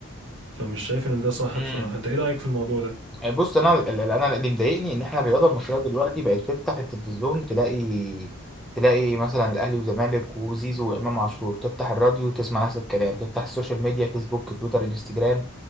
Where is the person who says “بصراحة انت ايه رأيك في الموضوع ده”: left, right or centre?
Right